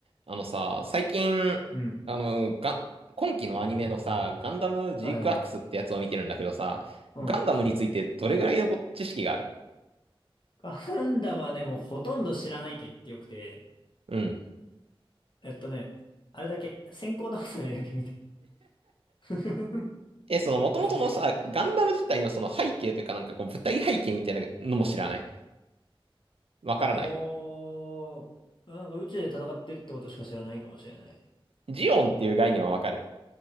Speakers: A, on the right; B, on the left.
A: あのさ、最近、
B: うん。
A: あの、ガン、今期のアニメのさ、ガンダムジークアクスってやつを見てるんだけどさ、
B: はいはいはい。うん。
A: ガンダムについてどれぐらいのこ知識がある
B: ガンダムはね、もうほとんど知らないと言ってよくて、
A: うん。
B: えっとね、あれだけ、先行倒されだけ見た。<laughs>
A: え、その元々のさ、
B: あれしか知らない。
A: ガンダム自体のその背景というかなんかこう舞台背景みたいなのも知らないわからない
B: おー、なんか宇宙で戦ってるってことしか知らないかもしれない。
A: ジオンっていう概念はわかる